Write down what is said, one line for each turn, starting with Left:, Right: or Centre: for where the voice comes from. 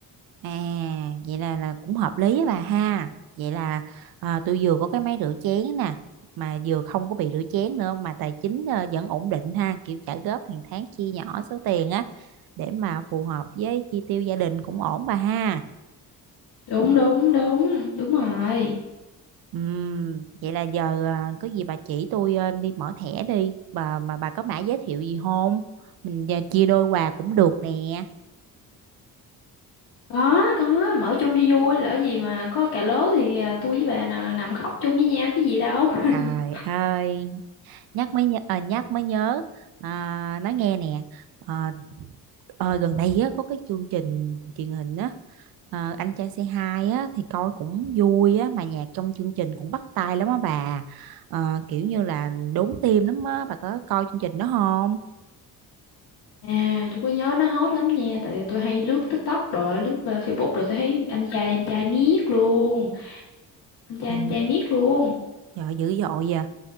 Right: À, vậy là là cũng hợp lý á bà ha. Vậy là à, tôi vừa có cái máy rửa chén nè, mà vừa không có bị rửa chén nữa mà tài chính ờ, vẫn ổn định ha, kiểu trả góp hàng tháng chia nhỏ số tiền á để mà phù hợp với chi tiêu gia đình cũng ổn bà ha.
Left: đúng đúng đúng đúng rồi
Right: Ừm, vậy là giờ à, có gì bà chỉ tôi ờ, đi mở thẻ đi, bà mà bà có mã giới thiệu gì không? Mình ờ, chia đôi quà cũng được nè.
Left: có có mở chung cho vui lỡ gì mà có cà lố thì ờ, tôi với bà nè, nằm khóc chung với nhau chứ gì đâu <laughs>
Right: Trời ơi, nhắc mới nhớ, ờ, nhắc mới nhớ. À, nói nghe nè. Ờ, Ờ, gần đây á, có cái chương trình truyền hình á ờ, Anh trai C2 á, thì coi cũng vui á mà nhạc trong chương trình cũng bắt tai lắm á bà Ờ, kiểu như là đốn tim lắm á bà có coi chương trình đó không
Left: à tôi có nhớ nó hot lắm nha tại tôi hay lướt TikTok rồi lướt ờ, Facebook rồi tôi thấy anh trai anh trai miết luôn anh trai
Right: À,
Left: anh trai miết luôn
Right: Trời dữ dội vậy